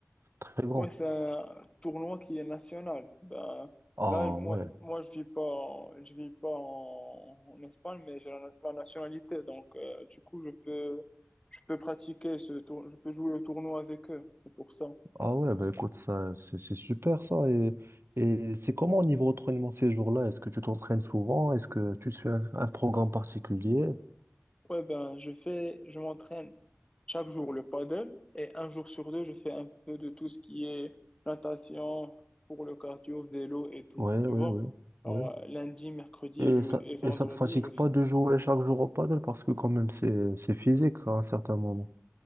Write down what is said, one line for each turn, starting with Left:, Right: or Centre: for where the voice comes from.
Right: très grand.
Left: ouais, c'est un tournoi qui est national. Ben,
Right: Ah
Left: là, moi,
Right: ouais.
Left: moi, je vis pas, en- je vis pas en, en Espagne, mais j'ai la, la nationalité. Donc, euh, du coup, je peux, je peux pratiquer ce tour, je peux jouer au tournoi avec eux. C'est pour ça.
Right: Ah ouais, bah écoute, ça, c'est c'est super ça. Et, et c'est comment au niveau entraînement ces jours-là? Est-ce que tu t'entraînes souvent? Est-ce que tu suis un, un programme particulier?
Left: Ouais, ben, je fais, je m'entraîne chaque jour le paddle et un jour sur deux, je fais un peu de tout ce qui est natation pour le cardio, vélo et tout.
Right: Ouais,
Left: Tu
Right: ouais,
Left: vois?
Right: ouais,
Left: Alors,
Right: ouais.
Left: euh, lundi, mercredi
Right: Et
Left: et, je-
Right: ça,
Left: et vendredi,
Right: et ça te fatigue
Left: je fais.
Right: pas de jouer chaque jour au paddle parce que quand même, c'est, c'est physique à un certain moment.